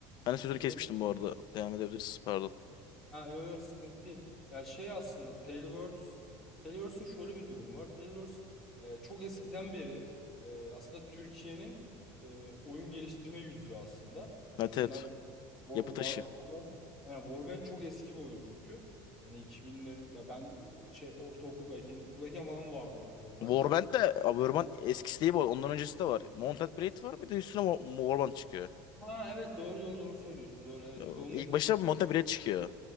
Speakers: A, on the left; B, in the centre.
A: Ben de sözünü
B: O
A: kesmiştim
B: da
A: bu arada. Devam edebiliriz. Pardon.
B: Ha yo yo sıkıntı değil. Ya şey aslında Tailwords Tailwords'un şöyle bir durumu var. Tailwords e, çok eskiden beri e, aslında Türkiye'nin e, oyun geliştirme yüzü aslında. Hani
A: Evet
B: onlar
A: evet.
B: War,
A: Yapı
B: War-
A: taşı.
B: Warband, yani Warband çok eski bir oyun çünkü. Hani 2000'lerin ya ben e, şey ortaokuldayken, ilkokuldayken falan vardı yani Warband.
A: Warband de abi, Warband eskisi değil bu. arada. Ondan öncesi de var. Mounted Blade var bir de üstüne Mo- Mo- Warband çıkıyor.
B: Ha evet doğru doğru doğru söylüyorsun. Doğru evet.
A: Ee,
B: Bir de onun
A: İlk
B: etkisi.
A: başta Mounted Blade çıkıyor.